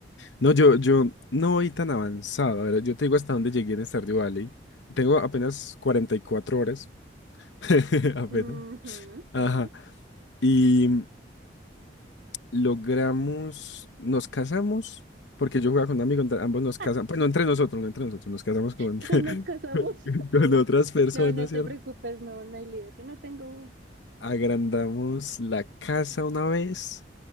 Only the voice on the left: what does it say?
No, yo, yo no voy tan avanzado. A ver, yo te digo hasta dónde llegué en Stardew Valley. Tengo apenas 44 horas. <laughs> Apenas.
Ajá.
Y logramos, nos casamos, porque yo jugaba con un amigo, entra- ambos nos
casamos, pues no entre nosotros, no entre nosotros, nos casamos con,
<laughs>
con otras personas,
¿cierto?
agrandamos la casa una vez